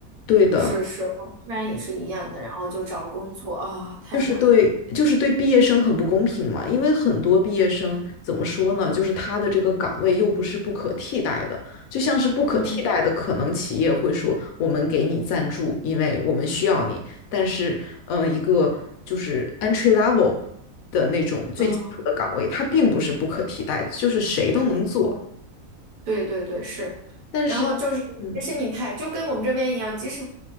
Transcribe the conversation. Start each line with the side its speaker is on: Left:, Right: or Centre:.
Left: 对的，
Right: 是是，我们这边也是一样的，然后就找工作啊，太难了。
Left: 就是对，就是对毕业生很不公平嘛，因为很多毕业生怎么说呢，就是他的这个岗位又不是不可替代的，就像是不可替代的，
Right: 嗯
Left: 可能企业会说我们给你赞助，因为我们需要你，但是，嗯、呃一个就是 entry level 的那种最基础的岗位，
Right: 嗯，
Left: 它并不是不可替代的，就是谁都能做。
Right: 对，对对对，是。
Left: 但是，
Right: 然后就是，
Left: 嗯，
Right: 即使你太，就跟我们这边一样，即使